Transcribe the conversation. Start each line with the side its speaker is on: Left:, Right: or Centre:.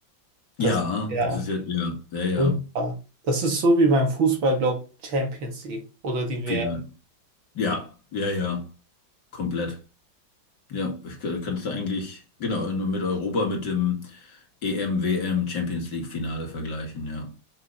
Right: Das
Left: Ja,
Right: ist ja
Left: das ist ja, ja, ja, ja.
Right: ultra. Das ist so wie beim Fußball, glaube ich, Champions League oder die WM.
Left: Final. Ja, ja, ja, komplett. Ja, ich kann- kannst du eigentlich, genau, in- mit Europa mit dem EM, WM, Champions League Finale vergleichen, ja.